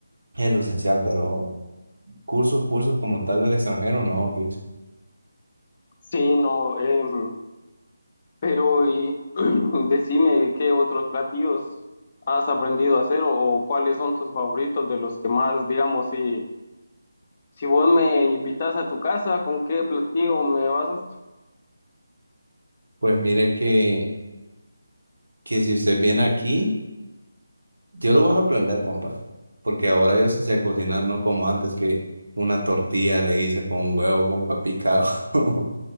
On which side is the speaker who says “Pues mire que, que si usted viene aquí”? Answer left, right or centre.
Right